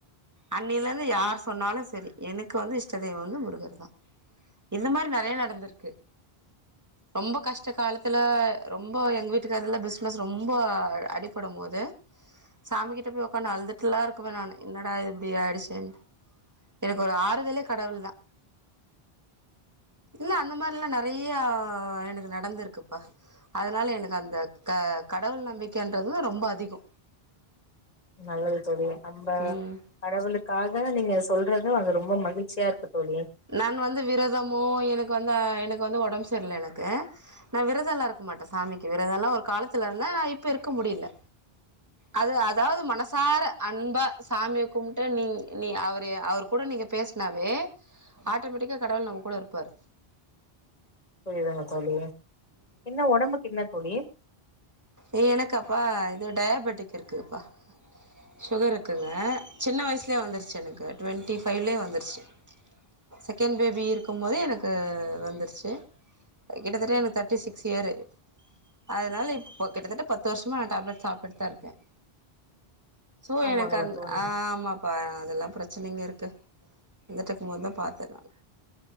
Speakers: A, on the right; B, on the left.
A: அன்னைலேந்து யார் சொன்னாலு சரி எனக்கு வந்து இஷ்டதெய்வம் வந்து முருகர் தா இந்த மாரி நெறைய நடந்துருக்கு ரொம்ப கஷ்ட காலத்தில ரொம்ப எங்க வீட்டுக்கார்ல பிஸ்னஸ் ரொம்ப அடிப்படும் போது சாமி கிட்ட போய் உக்கானு அழுதுட்டுலா இருக்குவே நானு என்னடா இப்டி ஆயிடுச்சேன்னு எனக்கு ஒரு ஆறுதலே கடவுள் தா இல்ல அந்த மாரில்லா நெறையா எனக்கு நடந்திருக்குப்பா அதனால எனக்கு அந்த க கடவுள் நம்பிக்கைன்றது ரொம்ப அதிகோ
B: நல்லது தோழி நம்ப
A: ம்
B: கடவுளுக்காக நீங்க சொல்றது அது ரொம்ப மகிழ்ச்சியா இருக்கு தோழி
A: நான் வந்து விரதமோ எனக்கு வந்து எனக்கு வந்து ஒடம்பு செர்ல எனக்கு நா விரதல்லா இருக்க மாட்ட சாமிக்கு விரதல்லா ஒரு காலத்துல இருந்த நா இப்ப இருக்க முடியல அது அதாவது மனசார அன்பா சாமிய கும்ட்டு நீ நீ அவரு அவர் கூட நீங்க பேசனாவே ஆட்டோமேட்டிக்கா கடவுள் நம்ம கூட இருப்பார்
B: சுழிதான தோழி என்ன ஒடம்புக்கு என்ன தோழி
A: ஏ எனக்காப்பா இது டயாபெட்டிக் இருக்குப்பா சுகர் இருக்குங்க சின்ன வயசுலே வந்துருச்சு எனக்கு ட்வெண்ட்டி ஃபைவ்லே வந்துருச்சு செகண்ட் பேபி இருக்கும் போதே எனக்கு வந்துருச்சு கிட்டத்தட் <unintelligible> எனக்கு தேட்டி சிக்ஸ் இயர்ரு அதனால இப்போ கிட்டத்தட்ட பத்து வருஷமா நா டேப்லட் சாப்டுட் தா இருக்கேன சோ
B: ஆமாங்களா
A: எனக்கு அந்த்
B: தோழி
A: ஆமா பா அதெல்லா பிரச்சனைங்க இருக்கு இர்ந்தட்ருக்கும் போது தா பாத்தே நான்